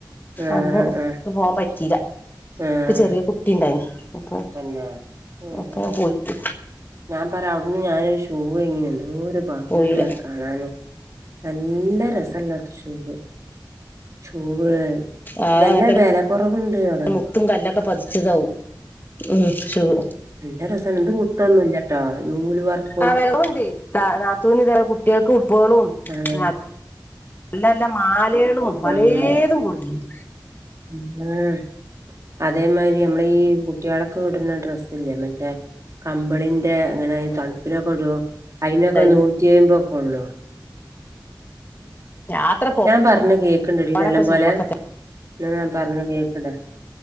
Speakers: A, on the right; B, on the left.
A: ആഹ്
B: അന്ന് ഇക്ക്
A: ആഹ്
B: പോവാൻ പറ്റില
A: ആഹ്
B: ഇക്ക് ചെറിയ കുട് ട്ടിണ്ടായ്ന്നു അപ്പൊ
A: തന്നെ ഉം
B: അപ്പ
A: ഉം
B: ഞാൻ പോയിട്ട്
A: ഞാൻ പറ്യാ അവിട്ന്ന് ഞാനൊരു ഷൂവേങ്ങീന്നു എന്തോരു ഭംഗിണ്ടാറിയൊ
B: പോയില്ല
A: കാ കാണാന് നല്ല രസള്ള ഷൂവ്. ഷൂവ്
B: ആ
A: നല്ല
B: <unintelligible>
A: വെല കൊറവുണ്ട് അവിടെ
B: മുത്തും കല്ലൊക്കെ പതിച്ചതാവും ഉം <unintelligible>
A: നല്ല രസണ്ട് ഇത് മുത്തൊന്നും ഇല്ലട്ടോ നൂല് വർക്ക്
B: ആ വിലവുണ്ട് നാത്തൂന് ഇത കുട്ടികൾക്ക് ഫുട്ബോളും
A: ആഹ്
B: നല്ല നല്ല മാലേളും പലേതും
A: ആഹ്
B: കൊട്ന്നീനി
A: <unintelligible> അതേമായ്രി നമ്മളീ കുട്ട്യേള്ക്ക് ഇട്ണ ഡ്രസ്സ്ല്ലേ മറ്റേ കമ്പളിൻ അങ്ങനെ തണുപ്പിനൊക്കെ ഇടു അതിനൊക്കെ
B: ഉണ്ടായിനു
A: നൂറ്റി അയ്മ്പൊ ഒക്കെ ഉള്ളു
B: യാത്ര
A: ഞാൻ പറഞ്ഞ കേക്ക്ണ്ടടീ
B: പോവാനൊക്കെ
A: നല്ല പോലെ
B: സുഖൊക്കെ
A: എന്നാ ഞാൻ പറഞ്ഞ കേൾക്ണ്ടോ